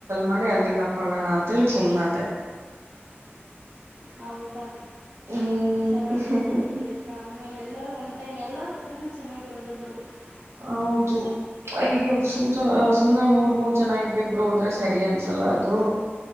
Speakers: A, on the right (about 80°); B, on the right (about 50°).
A: ಮಾಡಿ ಅಲ್ಲಿಗೆ ಹಾಕೊಳ್ಳೋಣ ಅಂತೇಳಿ ಸುಮ್ನ ಅದೇ
B: ಹೌದಾ
A: ಹ್ಮ್
B: ಚೆನ್ನಾಗಿರುತ್ತೆ ಬಿಡಿ ಅಕ್ಕ ಆಮೇಲೆ ಎಲ್ಲಾರೂ ಒನ್ ಟೈಮ್ ಎಲ್ಲರೂ ಹೋದ್ರನ ಚೆನ್ನಾಗಿರುತ್ತೆ <unintelligible>
A: ಹೌದು ಈಗ ಸುಮ್ಸ ಸುಮ್ನೆ ಮೂರ್ ಮೂರ್ ಜನ ಆಯ್ತು ಇಬ್ರು ಹೋದ್ರೆ ಸರಿ ಅನ್ಸಲ್ಲ ಅದು